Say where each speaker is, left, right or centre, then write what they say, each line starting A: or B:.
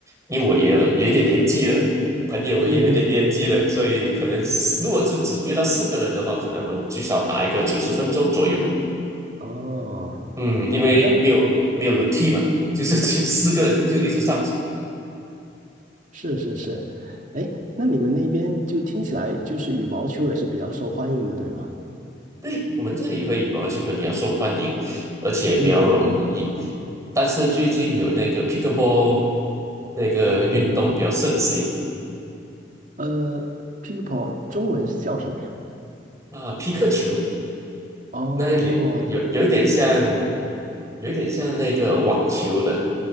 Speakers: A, on the right (about 20°); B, on the right (about 45°).
A: 因为我也有有一点年纪了，朋友也有一点年纪了，
B: 嗯嗯嗯。
A: 所以可能是如果是只约到四个人的话，可能我们最少打一个九十分钟左右。
B: 哦，
A: 嗯，因为没有没有轮替嘛，
B: 那
A: 就是 <laughs> 四个人就一直上场。
B: 是是是，哎，那你们那边就听起来就是羽毛球也是比较受欢迎的，对吗？
A: 对，我们这里会羽毛球会比较受欢迎，而且比较容易。
B: 嗯嗯嗯，
A: 但是最近有那个 pickleball 那个运动比较盛行
B: 呃 p i c k l e 中文是叫什么呀？
A: 啊，皮克球
B: 哦，
A: 那里有有一点像，
B: 这个我
A: 有一点像那个网球的，